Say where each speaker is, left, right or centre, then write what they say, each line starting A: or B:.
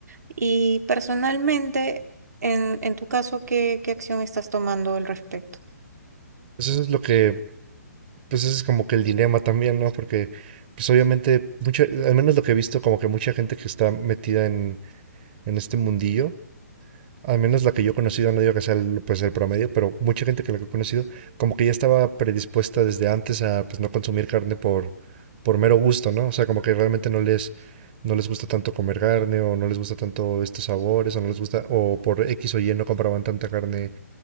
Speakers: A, on the right (about 70°); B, on the right (about 35°).
A: Y personalmente, en, en tu caso, ¿qué, qué acción estás tomando al respecto?
B: Pues eso es lo que, pues ese es como que el dilema también, ¿no? Porque pues obviamente, mucha, al menos lo que he visto, como que mucha gente que está metida en, en este mundillo, Al menos la que yo he conocido, no digo que sea el, pues el promedio, pero mucha gente que la que he conocido, como que ya estaba predispuesta desde antes a pues no consumir carne por, por mero gusto, ¿no? O sea, como que realmente no les, no les gusta tanto comer carne, o no les gusta tanto estos sabores, o no les gusta, o por X o Y no compraban tanta carne